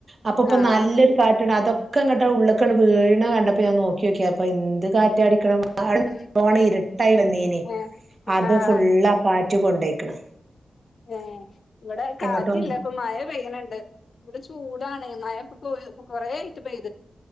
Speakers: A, on the right; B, on the left.
A: അപ്പൊ ഇപ്പൊ
B: ആഹ്
A: നല്ലൊരു കാറ്റുണ്ട് അതൊക്ക് ഒക്ക ഇങ്ങട്ട് ഉള്ള്ക്കണ് വീഴണ കണ്ടപ്പോ ഞാൻ നോക്കി നോക്കീതാ അപ്പ എന്ത് കാറ്റ് റ്റാ അടിക്കണ് <unintelligible>
B: ഉം
A: നല്ലോണം ഇരുട്ടായി വന്നീനി
B: ഏഹ്
A: അത്
B: ആഹ്
A: ഫുള്ളാ കാറ്റ് റ്റ് കൊണ്ടയ്ക്കണ്
B: ഏഹ് ഇവിടെ കാറ്റില്ല
A: എങ്ങോട്ടോന്ന്
B: ഇപ്പൊ മഴ പെയ്യണണ്ട് ഇവിടെ ചൂടാ ആണ മയ <unintelligible> ഇപ്പൊ കൊറേ ആയിട്ട് പെയ്ത്